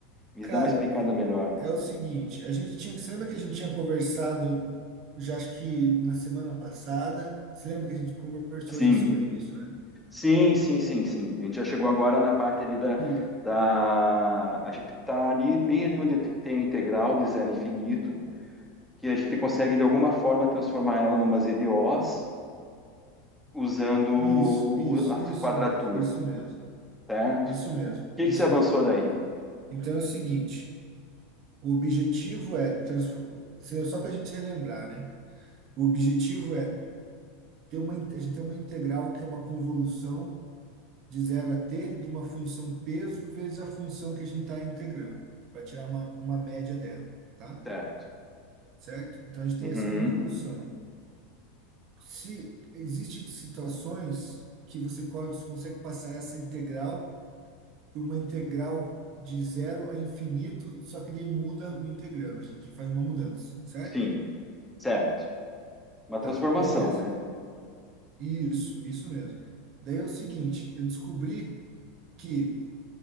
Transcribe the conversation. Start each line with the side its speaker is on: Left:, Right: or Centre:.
Centre: Me
Right: Cara,
Centre: dá uma explicada
Right: é,
Centre: melhor.
Right: é o seguinte, a gente tinha, você lembra que a gente tinha conversado, já acho que na semana passada, você lembra que a gente conversou
Centre: Sim,
Right: já sobre isso, né?
Centre: sim, sim, sim, sim. A gente já chegou agora na parte ali da,
Right: Que,
Centre: da... A gente está ali, bem ali onde tem a integral de zero a infinito, que a gente consegue, de alguma forma, transformar ela numa EDOs usando o-
Right: isso, isso,
Centre: a
Right: isso
Centre: quadratura,
Right: mesmo, isso mesmo,
Centre: certo?
Right: isso mesmo,
Centre: O que
Right: isso
Centre: que se avançou
Right: mesmo.
Centre: daí?
Right: Então é o seguinte, O objetivo é, transfor- só para a gente relembrar, né? O objetivo é ter uma, in- a gente tem uma integral que é uma convolução de zero a t de uma função peso vezes a função que a gente está integrando, para tirar uma, uma média dela, tá?
Centre: Certo.
Right: Certo? Então a gente
Centre: Uhum.
Right: tem essa convolução. Se existem situações que você co- consegue passar essa integral por uma integral de zero a infinito, só que ele muda o integrando, a gente faz uma mudança, certo?
Centre: Sim, certo. Uma
Right: Tá,
Centre: transformação,
Right: beleza.
Centre: né?
Right: Isso, isso mesmo. Daí é o seguinte, eu descobri que